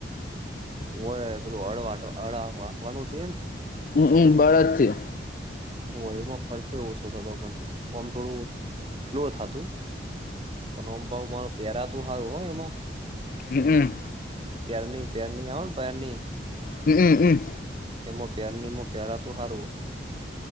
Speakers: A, on the right; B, on the left.
A: હોયે પેલું હળ વાટ <unintelligible> તે ન
B: હં ઈ બળદથી
A: હોળીમાં ખર્ચોય ઓછો થતો પન ઓમ થોડું સ્લો થાતું પન ઓમ પાવ માર પેરાતુ હારું હો એમાં
B: હં હં
A: પેરની પેરની આવન પેરની
B: હમ્મ હં હં
A: એમ પેરની મો પેરાતુ હારું